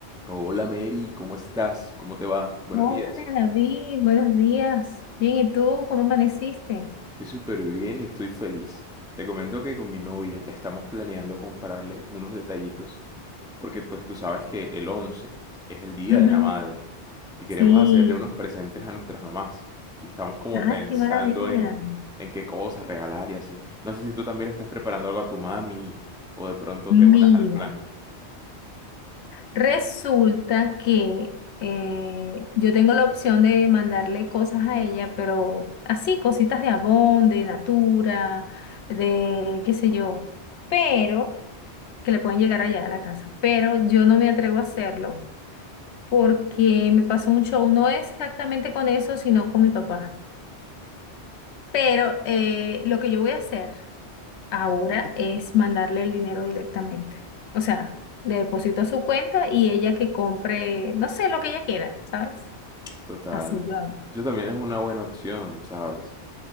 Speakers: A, in the centre; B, on the left.
A: Hola Mary, ¿cómo estás? ¿Cómo te va? Buenos
B: Hola
A: días.
B: David, buenos días. Bien, ¿y tú? ¿Cómo amaneciste?
A: Estoy súper bien y estoy feliz. Te comento que con mi novia estamos planeando comprarle unos detallitos porque pues tú sabes que el 11 es el Día
B: Ujú.
A: de la Madre y queremos
B: Sí,
A: Ujú. hacerle unos presentes a nuestras mamás y estamos como
B: ay,
A: pensando
B: qué maravilla.
A: en, en qué cosas regalar y así. No sé si tú también le estás preparando algo a tu mami o de pronto te unas
B: Mira,
A: al plan.
B: resulta que eh, yo tengo la opción de mandarle cosas a ella, pero así, cositas de Avon, de Natura, de qué sé yo, pero que le pueden llegar allá a la casa, pero yo no me atrevo a hacerlo porque me pasó un show, no exactamente con eso, sino con mi papá. Pero eh, lo que yo voy a hacer ahora es mandarle el dinero directamente. O sea, le deposito a su cuenta y ella que compre, no sé, lo que ella quiera, ¿sabes?
A: Total.
B: Así yo hago.
A: Eso también es una buena opción, ¿sabes?